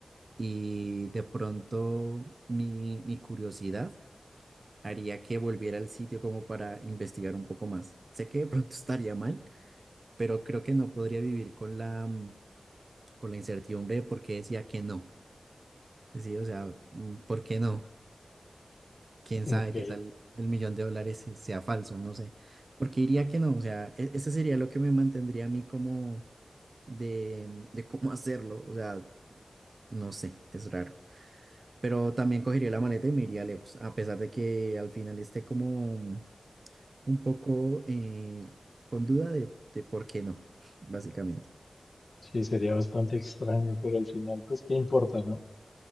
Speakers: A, on the right; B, on the left.
A: Y de pronto mi, mi curiosidad haría que volviera al sitio como para investigar un poco más. Sé que de pronto estaría mal, pero creo que no podría vivir con la, mm, con la incertidumbre de por qué decía que no. Sí, o sea, mm, ¿por qué no? ¿Quién
B: Ok,
A: sabe qué tal el millón de dólares se- sea falso? No sé. Porque diría que no, o sea, e- ese sería lo que me mantendría a mí como de, mm, de cómo hacerlo, o sea, no sé, es raro. Pero también cogería la maleta y me iría lejos, a pesar de que al final esté como mm, un poco eh, con duda de, de por qué no, <laughs> básicamente.
B: sí, sería bastante extraño, pero al final pues qué importa, ¿no?